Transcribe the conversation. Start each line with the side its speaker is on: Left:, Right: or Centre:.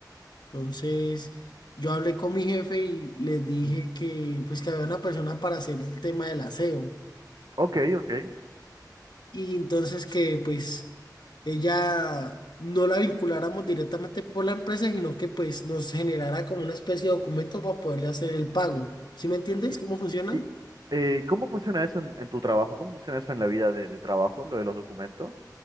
Left: Entonces, yo hablé con mi jefe y les dije
Right: Mm.
Left: que pues que había una persona para hacer el tema del aseo.
Right: Ok, ok.
Left: Y entonces que pues ella no la vinculáramos directamente por la empresa, sino que pues nos generara como una especie de documento para poderle hacer el pago. ¿Sí me entiendes
Right: ¿Y,
Left: cómo funciona?
Right: y, eh, cómo funciona eso en, en tu trabajo? ¿Cómo funciona eso en la vida de, de trabajo, lo de los documentos?